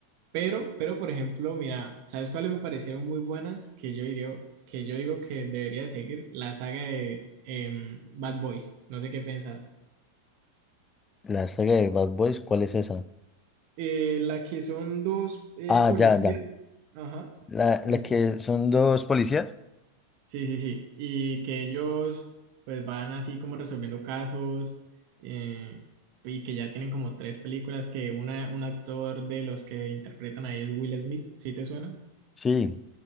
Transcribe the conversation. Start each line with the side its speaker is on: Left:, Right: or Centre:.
Right: Pero, pero, por ejemplo, mira, ¿sabes cuáles me parecieron muy buenas? Que yo diría, que yo digo que debería seguir la saga de em, Bad Boys. No sé qué pensás.
Left: la saga de Bad Boys, ¿cuál es esa?
Right: Eh, la que son dos eh,
Left: Ah,
Right: policías.
Left: ya, ya.
Right: Ajá.
Left: La,
Right: Esa.
Left: la que son dos policías.
Right: Sí, sí, sí. Y que ellos pues van así como resolviendo casos eh, y que ya tienen como tres películas que una, un actor de los que interpretan ahí es Will Smith, ¿sí te suena?
Left: Sí.